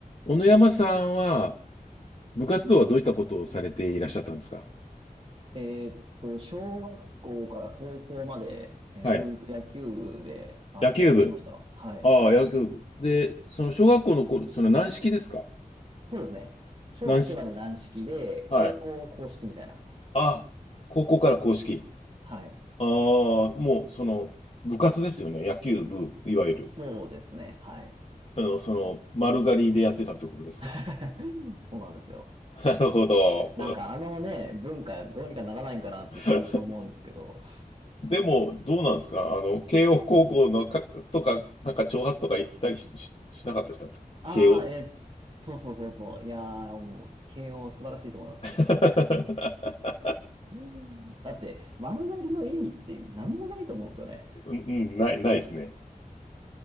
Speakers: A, on the left (about 45°); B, on the right (about 40°).
A: 小野山さんは、部活動はどういったことをされていらっしゃったんですか
B: えーっと、小学校から高校まで、えーずーっと野球部で、
A: はい。
B: はい、
A: 野球部。
B: 野球してました。はい。
A: ああ、野球部。で、その小学校の頃、その軟式ですか
B: そうですね。小中まで軟式で、
A: 軟式。はい。
B: 高校硬式みたいな。
A: ああ、高校から硬式。
B: はい。
A: ああ、もうその部活ですよね。野球部、いわゆる。
B: そうですね。はい。
A: あの、その丸刈りでやってたってことですか。
B: <laughs> そうなんですよ。
A: <laughs> なるほど。
B: なんかあのね、文化どうにかならないんかなってずーっと思うんですけど。
A: <laughs> でも、どうなんですかあの、慶応高校のか、とか、なんか挑発とかいたりし、ししなかったでしたか慶応。
B: ああ、えーそうそうそうそう。いやー、もう、慶応素晴らしいと思いますね、
A: <laughs>
B: 僕。<laughs> だって、丸刈りの意味って何もないと思うんですよね。
A: うん、うんない、ないですね。